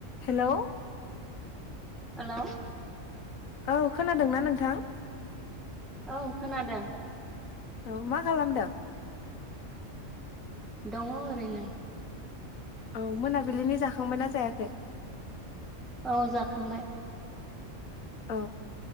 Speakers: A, on the left; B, in the centre.
A: Hello
B: hello
A: औ खोनादोंना नोंथां?
B: औ खोनादों।
A: औ मा खालामदों?
B: दङ ओरैनो।
A: औ मोनाबिलिनि जाखांबायना जायाखै?
B: औ जाखांबाय।
A: औ